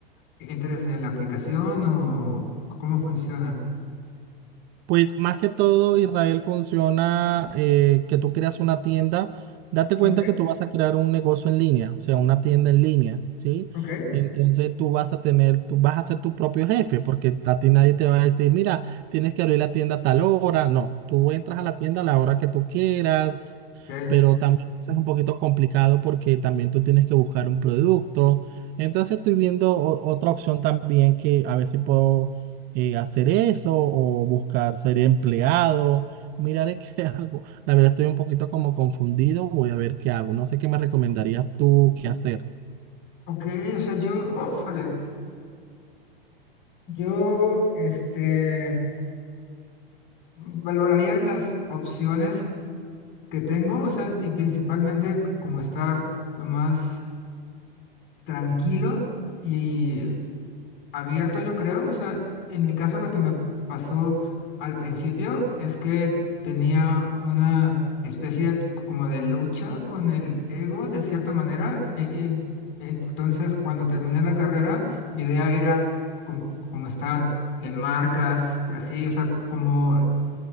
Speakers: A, on the left; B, on the right.
A: entres en la aplicación o cómo funciona?
B: Pues más que todo, Israel funciona eh, que tú creas una tienda, date cuenta
A: Ok,
B: que tú vas a crear un negocio en línea, o sea, una tienda en línea, ¿sí?
A: ok.
B: Entonces tú vas a tener, tú vas a ser tu propio jefe, porque a ti nadie te va a decir, mira, tienes que abrir la tienda a tal hora. No, tú entras a la tienda a la hora que tú quieras
A: Ok,
B: pero también eso es un poquito complicado porque también tú tienes que buscar un producto. Entonces estoy viendo o- otra opción también que a ver si puedo eh, hacer eso o buscar ser empleado. Miraré <laughs> qué hago. La verdad estoy un poquito como confundido. Voy a ver qué hago. No sé qué me recomendarías tú qué hacer.
A: ok, o sea, yo, híjole, yo, este, valoraría las opciones que tengo, o sea, y principalmente como estar lo más tranquilo y abierto, yo creo, o sea, en mi caso lo que me pasó al principio es que tenía una especie de- como de lucha con el ego de cierta manera, e- en- entonces cuando terminé la carrera, mi idea era como, como estar en marcas, así, o sea, como